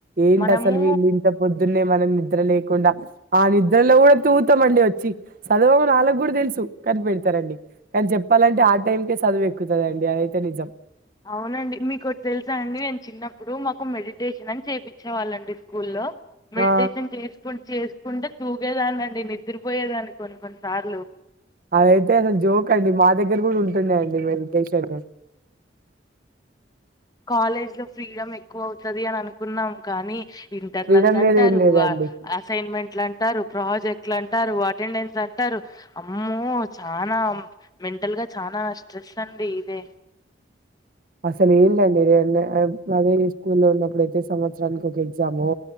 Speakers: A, on the right; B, on the left.
A: ఏంటి
B: మనము
A: అసలు వీళ్ళింత పొద్దున్నే మనం నిద్ర లేకుండా ఆ నిద్రలో కూడా తూతామండి వచ్చి చదవమని వాళ్లకి గుడ తెలుసు కనిపెడతరండి కానీ చె చెప్పాలంటే ఆ టైంకే చదువు ఎక్కుతదమ్డి అదైతే నిజం.
B: అవునండి మీకు ఓటి తెలుసా అండి నేను చిన్నప్పుడు మాకు మెడిటేషన్ అని చేపిచ్చేవాళ్ళండి స్కూల్లో మెడిటేషన్
A: ఆ
B: చేసుకుంట చేసుకుంటే తూగేదాన్ని అండి నిద్రపోయేదాన్ని కొన్ని కొన్ని సార్లు
A: అదైతే అసలు జోక్ అండి మా దగ్గర కూడా ఉంటున్నాయండి మెడిటేషన్
B: కాలేజ్ లో ఫ్రీడమ్ ఎక్కువ అవుతది అని అనుకున్నాం కానీ ఇంటర్నల్స్
A: ఫ్రీడమ్
B: అంటారు
A: లేదు ఏం లేదండి
B: ఆ ఆ అసైన్మెంట్లు అంటారు ప్రాజెక్ట్లు అంటారు అటెండెన్స్ అంటారు అమ్మో చానా మెంటల్ గా చానా స్ట్రెస్ అండి ఇదే
A: అసలు ఏండది ఇది అదే నేను స్కూ లో ఉన్నప్పుడయితే సంవత్సరానికోక ఎగ్జాము